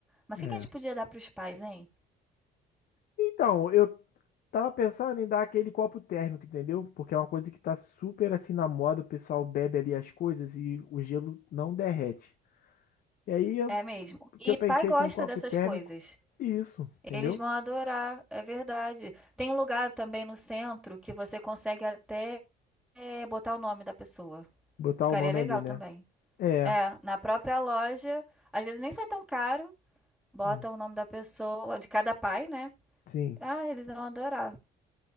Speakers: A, in the centre; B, on the left.
A: Mas
B: é.
A: o que que a gente podia dar para os pais, hein?
B: Então, eu Tava pensando em dar aquele copo térmico, entendeu? Porque é uma coisa que tá super assim na moda, o pessoal bebe ali as coisas e o gelo não derrete. E aí eu-
A: É mesmo.
B: o
A: E
B: que eu pensei
A: pai gosta
B: foi um copo
A: dessas
B: térmico
A: coisas.
B: e isso,
A: Eles
B: entendeu?
A: vão adorar, é verdade. Tem um lugar também no centro que você consegue até eh, botar o nome da pessoa.
B: Botar
A: Ficaria
B: o nome
A: legal
B: ali, né?
A: também.
B: É,
A: É, na própria loja, às vezes nem sai tão caro, bota
B: hum,
A: o nome da pessoa, de cada pai, né?
B: sim.
A: Ah, eles vão adorar.